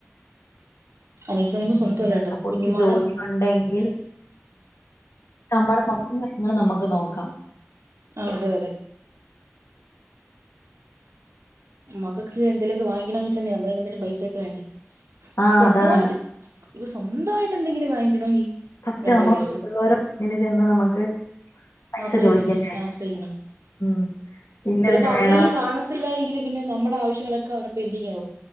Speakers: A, on the right; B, on the left.
A: അനിയത്തി പറയുമ്പോ
B: എന്തെങ്കിലൊ
A: സ്വന്തമല്ല കേട്ടോ
B: ക്കെ പൊട്ട്
A: കുഞ്ഞുമ്മാടെ
B: ജോലി ഉണ്ടെങ്കിൽ നമ്മടെ സ്വപ്നങ്ങള് നമ്മുക്ക് നോക്കാം
A: ആ അതെ അതെ മക്കക്കെ എന്തെലൊ ക്കെ വാങ്ങി ക്ക ണമെങ്കി തന്നെ നമ്മ <unintelligible> പൈസേക്കെ വേണ്ടേ
B: ആഹ്
A: സ്വന്താ
B: അതാണ്
A: യിട്ട് സ്വന്താ യിട്ട് എന്തെങ്കിലും വാങ്ങിക്കണോങ്കി
B: സത്യം
A: വേണ്ടെപൈസ?
B: നമ്മള് മറ്റുള്ളവരുടെ മുന്നിൽ ചെന്ന് നമുക്ക് പൈസ
A: ആസ്റഇച്ച്
B: ചോദിക്കണ്ട
A: നി ആസ്ര യിക്കണം
B: ഉം ഇന്നതിന്
A: ചെലപ്പോ അവരേലും
B: വേണം
A: കാണത്തില്ല എ ങ്കിലും നമ്മളെ ആവശ്യങ്ങളൊക്കെ അവിടെ പെൻഡിങ്ങാവും